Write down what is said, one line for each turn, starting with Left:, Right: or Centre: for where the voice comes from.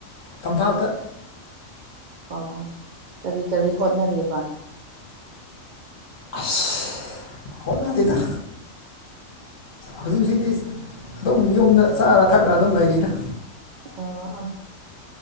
Left: ꯇꯝꯄꯥꯛꯇ
Right: ꯑꯣ ꯀꯔꯤ ꯀꯔꯤ ꯍꯣꯠꯅꯔꯤꯕ
Left: ꯑꯁ ꯍꯣꯠꯅꯗꯦꯗ ꯍꯧꯖꯤꯛ ꯍꯧꯖꯤꯛꯇꯤ ꯑꯗꯨꯝ ꯌꯨꯝꯗ ꯆꯥꯔ ꯊꯛꯑ꯭ꯔ ꯑꯗꯨꯝ ꯂꯩꯔꯤꯗ
Right: ꯑ ꯑꯥ